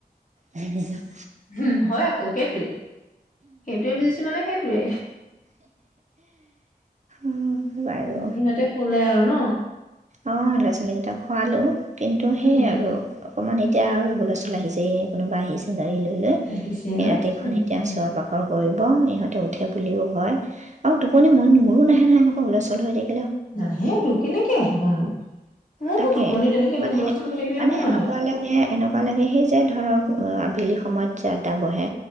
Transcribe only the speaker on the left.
উ হয় আকৌ সেইটোৱে সেইটোৱে বুজিছো মানে সেইটোৱে
উম ইহঁতে শুলে আৰু ন
উম
আহিছে ন
উম
নাহে তোৰ কেনেকে আহিবনো মোৰতো
টোপনি তেনেকে
হুলস্থুল হৈ থাকিলে
মোৰ নাহে